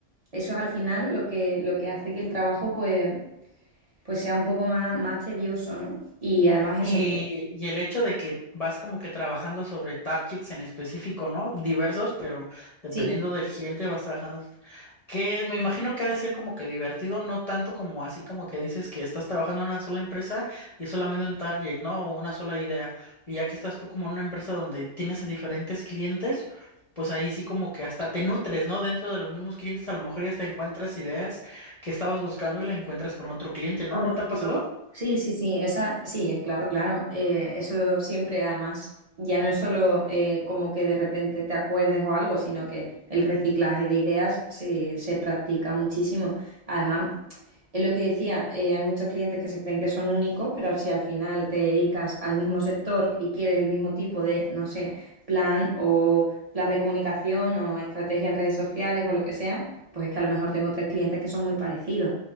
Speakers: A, on the right; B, on the left.
A: Eso es al final lo que, lo que hace que el trabajo pues, pues sea un poco más, más tedioso, ¿no? Y además eso
B: Y,
A: que...
B: y el hecho de que vas como que trabajando sobre targets en específico, ¿no? Diversos, pero dependiendo
A: Sí.
B: del cliente vas trabajando. Que me imagino que ha de ser como que divertido, no tanto como así como que dices que estás trabajando en una sola empresa y es solamente un target, ¿no? O una sola idea. Y ya que estás tú como en una empresa donde tienes a diferentes clientes, pues ahí sí como que hasta te nutres, ¿no? Dentro de los mismos clientes a lo mejor ya hasta encuentras ideas que estabas buscando y la encuentras con otro cliente, ¿no?
A: con
B: ¿No
A: otro
B: te ha
A: cliente.
B: pasado?
A: Sí, sí, sí, esa, sí, eh, claro, claro. eh, eso siempre, además, ya no es solo eh, como que de repente te acuerdes o algo, sino que el reciclaje de ideas se, se practica muchísimo. Además, es lo que decía, eh, hay muchos clientes que se creen que son únicos, pero si al final te dedicas al mismo sector y quieres el mismo tipo de, no sé, plan o plan de comunicación o estrategia en redes sociales o lo que sea, pues es que a lo mejor tengo tres clientes que son muy parecidos.